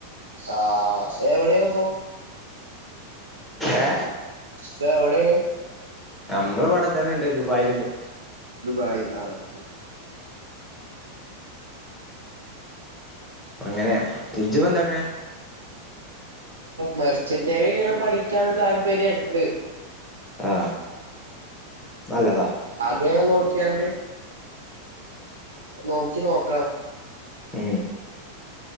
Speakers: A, on the right; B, in the centre.
A: ആ എവിടൊണ് പോ
B: ഏ
A: പ എവ്ടെേണ്
B: നമ്മള് ഇവടെത്തന്നെ ഉണ്ട് ദുബായില്
A: ദുബായ് ആ ഓക്കെ
B: അങ്ങനെ ഇജിപ്പം എന്താട്ടണേ
A: മർച്ചന്റെദേവി ഇങ്ങനെ പഠിക്കാൻ ഒരു താല്പര്യംണ്ട്
B: ആ നല്ലതാ
A: ഇങനെ നോക്കിയാണ്ട് നോക്കി നോക്കണം
B: ഹും